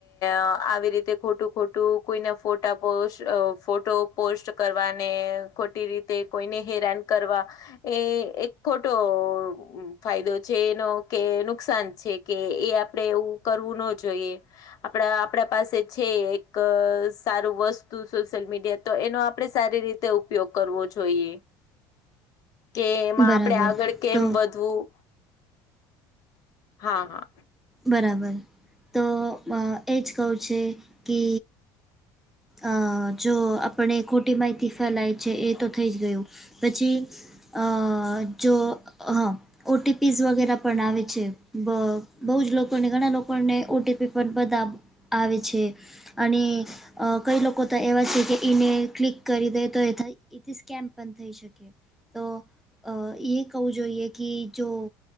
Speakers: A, on the left; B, in the centre.
A: અ આવી રીતે ખોટું ખોટું કોઈના ફોટા પોસ્ટ ફોટો પોસ્ટ કરવા ને ખોટી રીતે કોઈને હેરાન કરવા, એ એક ખોટો ફાયદો છે એનો કે નુકસાન છે કે એ આપડે એવું કરવું ન જોઈએ. આપણા આપણા પાસે છે એક સારું વસ્તુ સોશિયલ મીડિયા તો એનો આપડે સારી રી તે ઉપયોગ કરવો જોઈએ. કે એમાં
B: બરાબર
A: આપડે આગળ કેમ
B: તો
A: વધવું, હા હા.
B: બરાબર તો અ એજ કહું છે કે અ જો આપણે ખોટી માહિતી ફેલાય છે એ તો થઈ જ ગયું. પછી અ જો હ ઓ ટી પી ઝ વગેરે પણ આવે છે, બ બહુ જ લોકોને ઘણા લોકોને ઓ ટી પી પણ બધા આવે છે. અને અ કઈ લોકો તો એવા છે કે ઈને ક્લિક કરી દે તો એ થાય. એથી સ્કેમ્પ પણ થઈ શકે, તો અ એ કવું જોઈએ કે જો